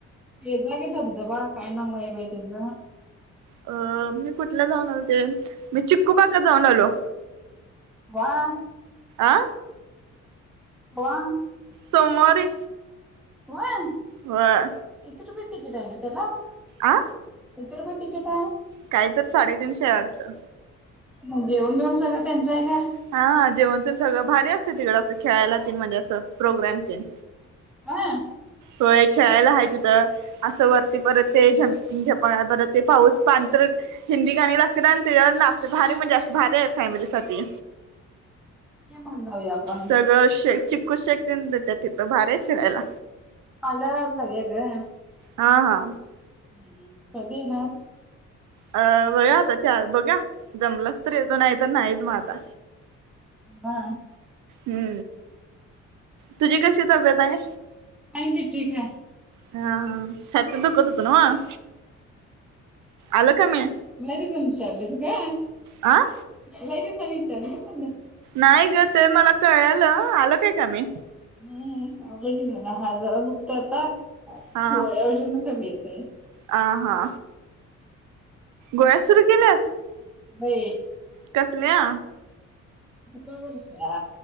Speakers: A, in the centre; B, on the right.
A: गेलातो धबधबा, काय नांव आय बाइ तेज?
B: आ, मी कुठला जाऊन आलते, मी चिक्कूबागात जाऊन आलो.
A: वाऽ
B: आं
A: व्हा.
B: सोमवारी
A: व्हय
B: व्हय
A: कीती रुपये टिकेट आहे ग त्याला
B: आ
A: किती रुपय टीकिट आहे.
B: काही तर साडेतीनशे आह वाटतं.
A: मग जेवन बिवन सगळं त्यांचं आहे का?
B: हा जेवण टेन सगळं भारी असतय तिकड असं खेळायला तेन म्हणजे असं प्रोग्राम तेन
A: हा -
B: होय खेळायला हाय तिथं असं वरती परत ते झंपिंग झपांग परत ते पाऊस पाण्यात हिंदी गाणी लागत्यात आणि तेजावर नाचत्यात भारी म्हणजे असं मज्जा भारी आहे फॅमिली साठी
A: हा जाऊया आपण
B: सगळं शे चिककू शेक तेन देत्यात तिथं भारी आय फिरायला.
A: अलारता हग <unintelligible>
B: हा हा.
A: हम्म कधी येणार.
B: अ बघाया आता चार बघूया जमलाच तर येतो नाही तर नाहीत. मग आता
A: हा हा.
B: हा तुझी कशी तब्येत आहे.
A: आणखी ठीक आहे
B: हा हा छातीत दुखत होत न्हव. आलं कमी
A: नाही तम विचारलीस का
B: आं
A: ल दिवसानीचार निम
B: नाही ग ते मला कळालं आलं काय का मी
A: हम्म अ हा जरा दुखत आता
B: हा
A: गोळ्यावरजून ना कमी येतेय
B: आ हा गय आसो र केले
A: ब
B: कसल्या
A: का वर्षा